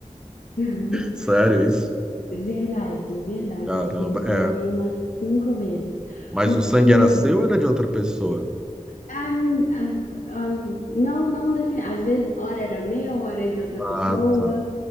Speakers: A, on the left (about 85°); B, in the centre.
A: <laughs>
B: Sério isso?
A: Verdade, verdade.
B: Caramba,
A: Eu acho que eu já desmaiei
B: é.
A: umas cinco vezes,
B: Mas
A: porque
B: o sangue era seu ou era de outra pessoa?
A: ah, ah, ah, não, não define. Às vezes, hora era meu, hora era de outra
B: Ah,
A: pessoa.
B: tá.